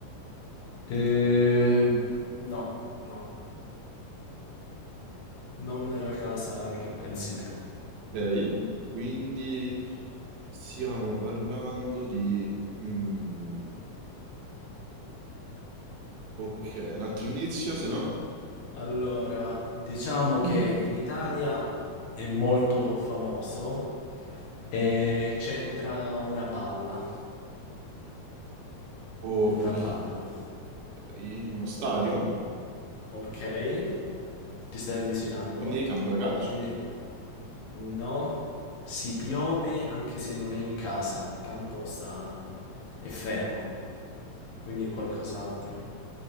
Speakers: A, on the left; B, on the right.
A: Eh, No, no. Non la casa che pensi te.
B: Ok, quindi stiamo parlando di... mm, ok, un altro indizio, se no?
A: Allora, diciamo
B: Mm.
A: che in Italia è molto famoso e c'entra una palla.
B: Ok.
A: Una palla.
B: In uno stadio?
A: Ok? Ti stai avvicinando?
B: Quindi campo da calcio.
A: Quindi, no, si piove anche se non è in casa. Il campo sta... è fermo, quindi è qualcos'altro.